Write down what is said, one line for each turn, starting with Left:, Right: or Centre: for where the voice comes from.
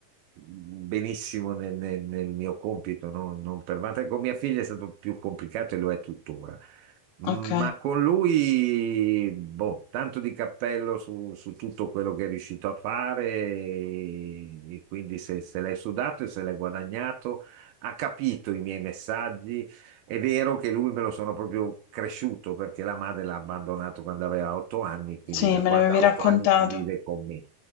Right: benissimo nel, nel- nel mio compito, no? Non per vanta- Con mia figlia è stato più complicato e lo è tuttora. Mm,
Left: Ok.
Right: Ma con lui, boh, tanto di cappello su, su tutto quello che è riuscito a fare e, e quindi se, se l'è sudato e se l'è guadagnato, ha capito i miei messaggi è vero che lui me lo sono proprio cresciuto perché la madre l'ha abbandonato quando aveva otto anni, quindi
Left: Sì,
Right: da
Left: me
Right: quando
Left: l'avevi
Right: ha
Left: raccontato.
Right: otto anni vive con me